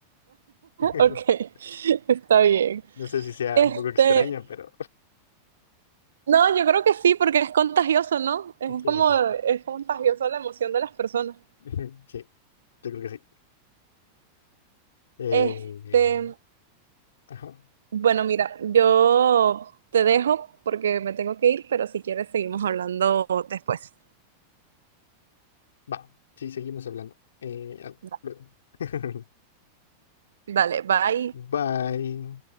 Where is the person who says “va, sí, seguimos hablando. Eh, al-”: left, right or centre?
Left